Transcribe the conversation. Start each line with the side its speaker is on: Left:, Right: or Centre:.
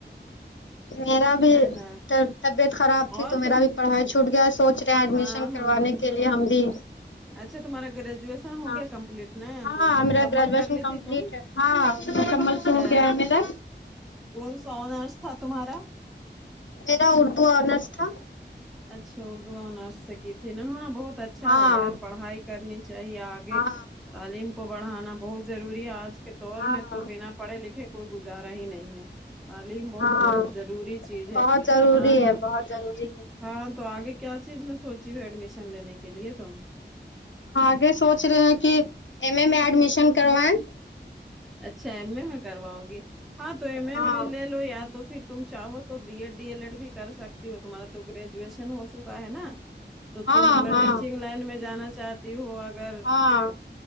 Left: میرا بھی
Centre: ہے ہے نا
Left: کل طبیعت خراب تھی
Centre: اور
Left: تو میرا
Centre: تم
Left: بھی پڑھائی چھوٹ گیا سوچ رہے ہیں ایڈمیشن
Centre: ہاں
Left: کروانے
Centre: ہاں
Left: کے لیے ہم بھی
Centre: اچھا تمہارا گریجویشن ہو
Left: ہاں
Centre: گیا کمپلیٹ ن
Left: ہاں
Centre: تو تو
Left: میرا
Centre: مکمل
Left: گریجویشن
Centre: کر لی
Left: کمپلیٹ
Centre: تھی تم
Left: ہے ہاں مکمل
Centre: اچھا
Left: تو ہو گیا ہے میرا
Centre: کونسا آونرس تھا تمہارا
Left: میرا اردو آنرس تھا
Centre: اچھا اردو آنرس سے گ تھینا ہاں بہت اچھا
Left: ہاں
Centre: ہے یار پڑھائی کرنی چاہیے آگے
Left: ہاں
Centre: تعلیم کو بڑھانا بہت ضروری ہے آج کے دور
Left: ہاں
Centre: میں
Left: ہاں
Centre: تو بنا پڑھے لکھے کوئی گزارا ہی نہیں ہے تعلیم بہت
Left: ہاں
Centre: ضر ضروری چیز ہے
Left: بہت ضروری
Centre: اور
Left: ہے بہت ضروری ہے
Centre: ہاں تو آگے کیا چیز میں سوچی ہوں ایڈمیشن لینے کے لیے تو
Left: آگے سوچ رہے ہیں کہ ایم اے میں ایڈمیشن کروائیں
Centre: اچھا ایم ا میں کرواؤ گی ہاں تو ایم اے
Left: ہاں
Centre: میں لے لو یا تو پھر تم چاہو تو B Ed D L Ed بھی کر سکتی ہو تمہارا تو گریجویشن ہو چکا ہے نا تو
Left: ہاں
Centre: تم اگر
Left: ہاں
Centre: ٹیچنگ لائن میں جانا چاہتی ہو اگر
Left: ہاں